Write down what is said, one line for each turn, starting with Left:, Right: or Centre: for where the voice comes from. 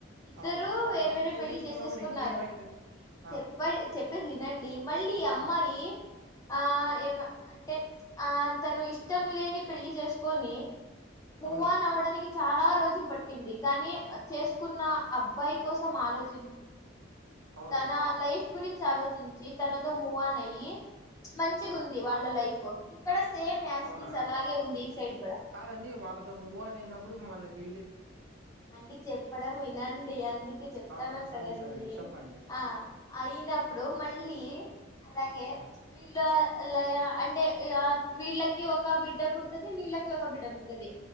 Left: ఇద్దరు
Right: అవునా
Left: వేరే
Right: మరి
Left: వేరే
Right: చేసేసుకున్నప్పుడు
Left: పెళ్లి చేసేసుకున్నారు
Right: ఇంకేమైతది ఆ
Left: చెప్పె చెప్పేది వినండి మళ్ళీ అమ్మా
Right: ఆ
Left: ఏ ఆ ఏమ అంటే ఆ తను ఇష్టం లేని పెళ్లి చేసుకొని మూవాన్
Right: అవునులే
Left: అవడానికి చాలా రోజులు పట్టింది కానీ చేసుకున్న అబ్బాయి కోసం ఆలోచ
Right: అవునులేండి
Left: తన లైఫ్ గురించి ఆలోచించి తనతో మూవా అ మంచిగా
Right: ఆ
Left: ఉంది వాళ్ళ లైఫ్ ఇక్కడ సేమ్ యాజ్
Right: అవునా
Left: ఇట్ ఈస్ అలాగే ఉంది ఈ సైడ్ కూడా
Right: కాదండి వాళ్ళతో మూ్ అని అయినప్పుడు మళ్ళీ వీ
Left: అండి చెప్పడం వినండి అందుకే చెప్తానుం
Right: అవునా సరే
Left: కదండి
Right: సరే అండి చెప్పండి
Left: ఆ అయినప్పుడు మళ్ళీ అలాగే
Right: ఆ
Left: వీళ్ళు అంటే వీళ్ళకి ఒక బిడ్డ పుడుతుది వీళ్ళకి ఒక బిడ్డ పుడుతుది